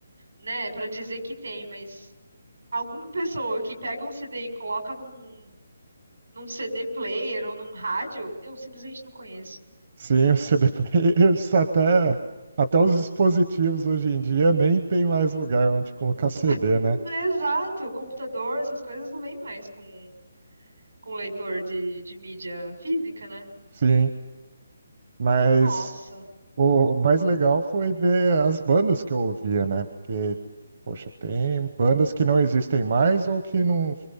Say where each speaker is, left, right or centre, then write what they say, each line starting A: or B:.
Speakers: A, on the right; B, on the right.
A: né, pra dizer que tem, mas alguma pessoa que pega um CD e coloca num, num CD player ou num rádio, eu simplesmente não conheço.
B: Sim, o CD players, <laughs> até, até os dispositivos hoje em dia nem tem mais lugar onde colocar CD,
A: <laughs>
B: né?
A: Exato, computador, essas coisas não vêm mais com, com leitor de, de mídia física, né?
B: Sim, mas
A: Nossa.
B: o mais legal foi ver as bandas que eu ouvia, né? Porque, poxa, tem bandas que não existem mais ou que não, o